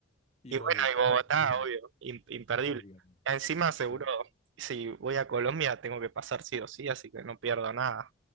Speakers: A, on the left; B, on the right.
A: Y
B: y
A: Bogotá,
B: bueno, y Bogotá,
A: muy
B: obvio, im- imperdible.
A: obviamente.
B: Encima seguro,
A: Bogotá.
B: si voy a Colombia tengo que pasar sí o sí, así que no pierdo nada.